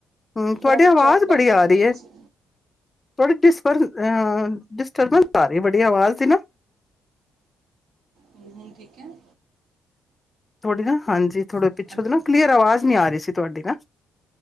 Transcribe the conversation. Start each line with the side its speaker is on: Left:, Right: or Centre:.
Left: ਹੂ ਤੁਹਾਡੀ
Right: ਥੋੜਾ ਬੱਚਾ
Left: ਆਵਾਜ਼
Right: ਪਹਿਲੇ
Left: ਬੜੀ ਆ
Right: ਪਲੇ
Left: ਰਹੀ ਹੈ।
Right: ਸੀ
Left: ਥੋੜੀ ਡਿਸਟਰਬਸ ਆ ਰਹੀ ਬੜੀ ਆਵਾਜ਼ ਦੀ ਨਾ।
Right: ਹੁਣ ਹੁਣ ਠੀਕ ਹੈ।
Left: ਥੁਹਡੀ ਨਾ ਹਾਂਜੀ, ਥੋੜੇ ਪਿੱਛੋਂ
Right: ਹੈਲੋ
Left: ਦੀ ਨਾ ਕਲੀਅਰ ਆਵਾਜ਼ ਨੀ ਆ ਰਹੀ ਸੀ ਤੁਹਾਡੀ ਨਾ